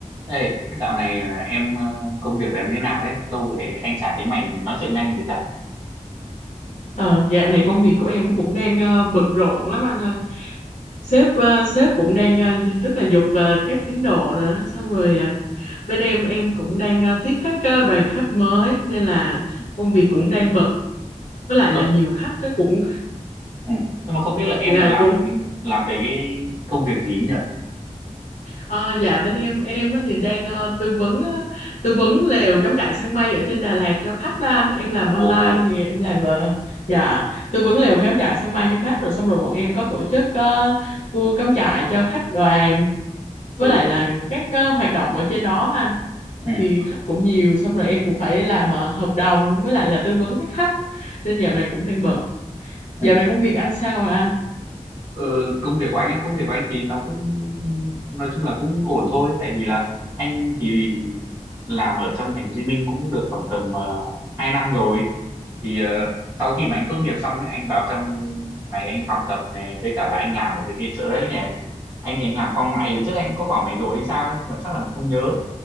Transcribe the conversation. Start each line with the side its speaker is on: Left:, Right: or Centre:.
Right: Ê, dạo này à, em ờ, công việc của em thế nào đấy? Lâu rồi anh chả thấy mày nói chuyện với anh gì cả.
Left: Ờ, dạo này công việc của em cũng đang ờ, bận rộn lắm anh ơi. Sếp ờ, sếp cũng đang ờ, rất là giục ờ, các tiến độ rồi đó. Xong rồi ờ, bên em em cũng đang ờ, tiếp các ờ, đoàn khách mới nên là
Right: Ừ.
Left: công việc cũng đang bận. Với lại
Right: Ơ,
Left: là nhiều khách đó cũng
Right: ừ. Nhưng mà không biết là em
Left: dạ
Right: là làm
Left: cũng
Right: về làm về cái công việc gì nhỉ?
Left: ờ, dạ bên em em á thì đang ờ, tư vấn ờ, tư vấn lều cắm trại săn mây ở trên Đà Lạt cho khách đó anh. Em làm online
Right: Ồ,
Left: thì em làm ờ, dạ tư vấn lều cắm trại săn mây cho khách rồi xong rồi bọn em có tổ chức ờ, tour cắm trại cho khách đoàn
Right: ừ,
Left: với lại là các ờ, hoạt động ở trên đó anh
Right: ừ,
Left: thì khách cũng nhiều xong rồi em cũng phải làm ờ, hợp đồng với lại là tư vấn với khách nên dạo này cũng đang bận
Right: ừ.
Left: dạo này công việc anh sao rồi anh
Right: Ừ, công việc của anh á, công việc của anh thì nó cũng nói chung là cũng ổn thôi tại vì là anh thì làm ở trong thành phố Hồ Chí Minh cũng được khoảng tầm uh, 2 năm rồi thì ờ, sau khi mà anh tốt nghiệp xong ấy anh vào trong này anh học tập này với cả là anh làm ở bệnh viện Chợ Rẫy này anh thì anh làm khoa ngoại lần trước anh cũng có bảo mày rồi hay sao ấy, nhưng mà chắc là mày không nhớ